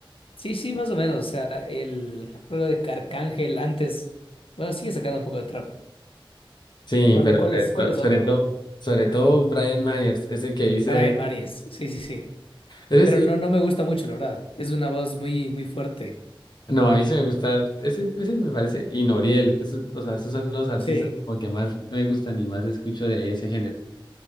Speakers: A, on the left (about 80°); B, on the left (about 55°).
A: Sí, sí, más o menos. O sea, el algo de Arcángel antes. Bueno, sigue sacando un poco de trap.
B: Sí,
A: ¿Cuál,
B: pero
A: cuál
B: pero
A: es, cuál
B: lo-
A: es
B: sobre
A: otro?
B: todo, sobre todo Brian Myers, ese que dice,
A: Brian Marías. Sí, sí, sí.
B: ese
A: Pero
B: sí,
A: no, no me gusta mucho, la verdad. Es una voz muy, muy fuerte.
B: no, a mí sí me gusta, ese, ese me parece, y Noriel, eso- o sea, esos son los artistas
A: Sí,
B: como que más me gustan y más escucho de ese género.